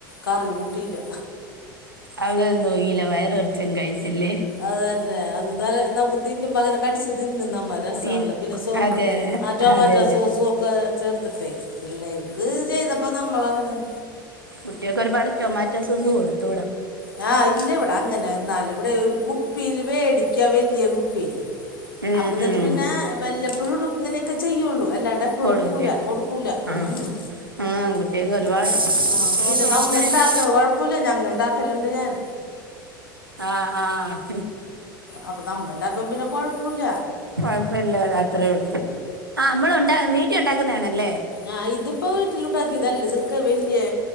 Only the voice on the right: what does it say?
അത് ഒന്നും നോക്കില്ല വയറ് നെറച്ചങ്ങ് കഴിച്ചല്ലേ
തിൻ
അതെ
അതെ അതെ
കുട്ട്യേക്ക് ഒരുപാട് ടൊമാറ്റോ സോസ് കൊടുത്തൂട.
ഉം
ഉം
കൊടുക്കും
ചെയ്യും
ആഹ് ആഹ് കുട്ടികൾക്ക് ഒരുപാട്
ഷോക്ക്
കൊടുത്ത്
കഴിഞ്ഞാ
ആഹ് ആഹ്
കൊഴപ്പല്ല അത്രേള്ളൂ. ആഹ് മ്മളൊണ്ടാ വീട്ടി ഒണ്ടാക്കുന്നേ ആണല്ലേ